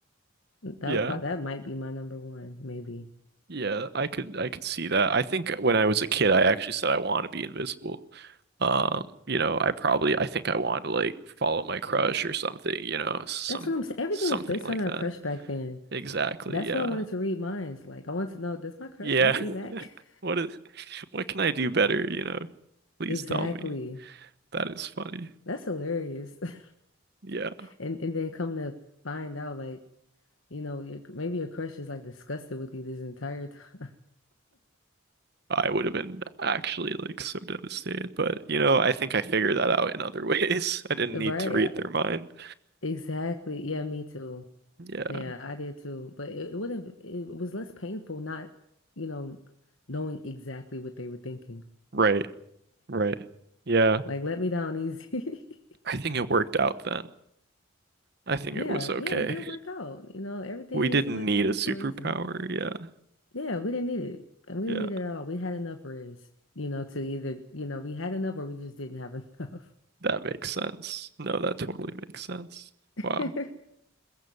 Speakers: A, on the left; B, on the right.
A: That
B: Yeah.
A: would probably that might be my number one, maybe.
B: Yeah. I could I could see that. I think when I was a kid, I actually said I want to be invisible. Um, you know, I probably I think I want to like follow my crush or something, you know, some
A: That's what I'm saying. Everything
B: something
A: was based
B: like
A: on our
B: that.
A: crush back then.
B: Exactly,
A: That's
B: yeah.
A: why I wanted to read minds. Like I wanted to know, does my crush
B: Yeah.
A: like me
B: <laughs>
A: back? <laughs>
B: What is what can I do better, you know? Please
A: Exactly.
B: tell me. That is funny.
A: That's hilarious. <laughs>
B: Yeah.
A: And and then come to find out like, you know, your, maybe your crush is like disgusted with you this entire time.
B: I would have been actually like so devastated, but you know, I think I figured that out in other ways. <laughs> I didn't
A: <laughs> Right?
B: need to read their mind.
A: Exactly. Yeah, me too.
B: Yeah.
A: Yeah, I did too. But it, it would have, it was less painful not, you know, knowing exactly what they were thinking.
B: Right. Right. Yeah.
A: Like, let me down easy. <laughs>
B: I think it worked out then. I think
A: Yeah,
B: it was okay.
A: yeah, it did work out. You know, everything
B: We didn't
A: is the way it
B: need a
A: is
B: superpower.
A: for a reason.
B: Yeah.
A: Yeah, we didn't need it. And we
B: Yeah.
A: didn't need it at all. We had enough rest, you know, to either, you know, we had enough or we just didn't have enough.
B: That makes sense. No, that totally makes sense.
A: <laughs>
B: Wow.